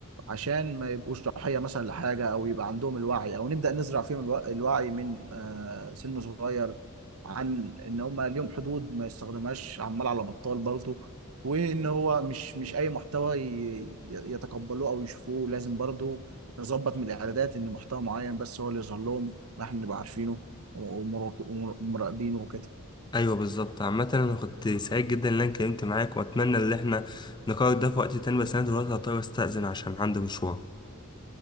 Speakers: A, on the right; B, on the left.
A: عشان ما يبقوش ضحية مثلا لحاجة أو يبقى عندهم الوعي أو نبدأ نزرع فيهم الوع- الوعي من آه، سن صغير عن إن هما ليهم حدود ما يستخدمهاش عمال على بطال برضه وإن هو مش مش أي محتوى ي- يتقبلوه أو يشوفوه لازم برضه نظبط من الإعدادات إن محتوى معين بس هو اللي يظهر لهم ما إحنا نبقى عارفينه ومراقب- ومراقبينه وكده
B: ايوه بالظبط عامة انا كنت سعيد جدا ان انا اتكلمت معاك واتمنى ان احنا نقرر ده في وقت تاني بس انا دلوقتي هضطر استأذن عشان عندي مشوار